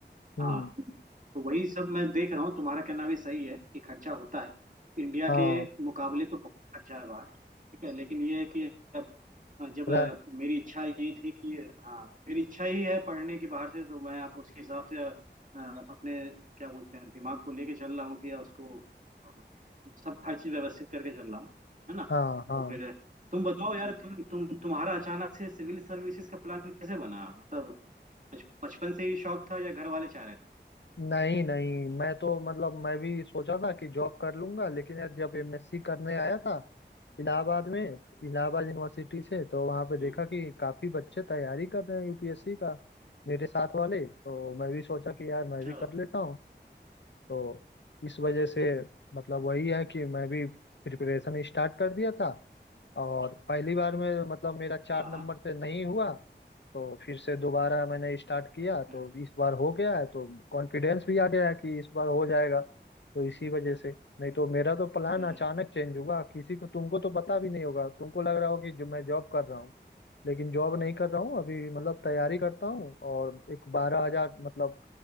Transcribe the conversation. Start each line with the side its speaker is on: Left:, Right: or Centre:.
Left: हम्म
Right: हाँ तो वही सब मैं देख रहा हूँ तुम्हारा कहना भी सही है कि खर्चा होता है इंडिया
Left: हाँ
Right: के मुकाबले तो बहुत खर्चा है बाहर ठीक है लेकिन ये है कि अब जब
Left: रह-
Right: अ, मेरी इच्छा ये थी कि हाँ मेरी इच्छा ही है पढ़ने की बाहर से तो मैं आप उसके हिसाब से अ, अपने क्या बोलते हैं दिमाग को लेके चल रहा हूँ कि उसको अ, सब हर चीज व्यवस्थित करके चल रहा हूँ है ना
Left: हाँ हाँ
Right: तो फिर तुम बताओ यार तुम तुम तुम्हारा अचानक से सिविल सर्विसेज का प्लान कैसे बना मतलब बच- बचपन से ही शौक था या घर वाले चाह रहे थे
Left: नहीं नहीं मैं तो मतलब मैं भी सोचा था कि जॉब कर लूंगा लेकिन यार जब एमएससी करने आया था इलाहाबाद में इलाहाबाद यूनिवर्सिटी से तो वहाँ पे
Right: हम्म,
Left: देखा कि काफी बच्चे तैयारी कर रहे हैं यूपीएससी का मेरे साथ वाले तो मैं भी सोचा कि यार मैं
Right: अच्छा
Left: भी कर लेता हूँ तो इस वजह से मतलब वही है कि मैं भी प्रिपरेशन स्टार्ट कर दिया था और पहली बार में मतलब मेरा चार
Right: हाँ
Left: नंबर
Right: हाँ
Left: से नहीं हुआ तो फिर से दोबारा मैंने स्टार्ट किया
Right: हम्म,
Left: तो इस बार हो गया है तो कॉन्फिडेंस भी आ गया है कि इस बार हो जाएगा तो इसी वजह से नहीं तो मेरा तो प्लान
Right: हम्म,
Left: अचानक चेंज हुआ किसी को तुमको तो पता भी नहीं होगा तुमको लग रहा हो कि जो मैं जॉब कर रहा हूँ लेकिन जॉब नहीं कर रहा हूँ अभी मतलब तैयारी करता हूँ और एक बारह हजार मतलब